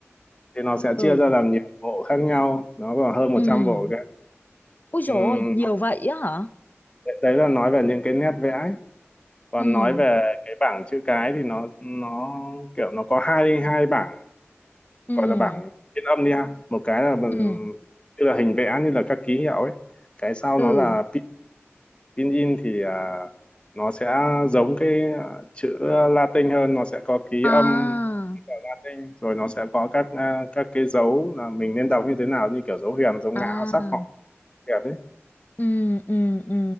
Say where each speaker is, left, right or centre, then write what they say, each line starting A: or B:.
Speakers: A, on the left (about 25°); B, on the left (about 40°).
A: Thì nó sẽ
B: ừ
A: chia ra làm nhiều bộ khác nhau, nó còn hơn 100
B: ừ
A: bộ kìa.
B: ui
A: Ừm,
B: dồi ôi, nhiều vậy á hả
A: đấy đấy là nói về những cái nét vẽ ấy. Còn
B: ừ
A: nói về cái bảng chữ cái thì nó nó kiểu nó có hai hai bảng
B: ừ
A: gọi là bảng phiên âm đi ha một cái là bằng-
B: ừ
A: như là hình vẽ như là các ký hiệu ấy cái sau
B: ừ
A: nó là pi- pinyin thì à, nó sẽ giống cái à, chữ Latin hơn nó sẽ có ký
B: à
A: âm của Latin rồi nó sẽ có các à, các cái dấu là mình nên đọc như thế nào như kiểu dấu huyền dấu ngã
B: à
A: sắc họ đẹp đấy
B: Ừ, ừ, ừ,